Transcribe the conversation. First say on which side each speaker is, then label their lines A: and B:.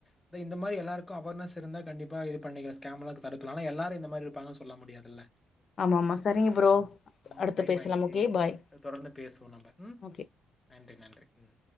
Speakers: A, on the left; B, on the left.
A: இந்த இந்த மாரி எல்லாருக்கு அவேர்னஸ் இருந்தா கண்டிப்பா இது பண்ணிக்க ஸ்கேம்லா தடுக்கலா ஆனா எல்லாரு இந்த மாரி இருப்பாங்கன் சொல்ல முடியாதுல்ல
B: ஆமா ஆமா சரிங்க
A: உம்
B: ப்ரோ
A: உம்
B: அடுத்து
A: டைம்
B: பேசலாம்
A: ஆயிட்ச்சி
B: ஓகே பாய்
A: சல் தொடர்ந்து பேசுவோ நம்ப உம்
B: ஓகே
A: டை உம்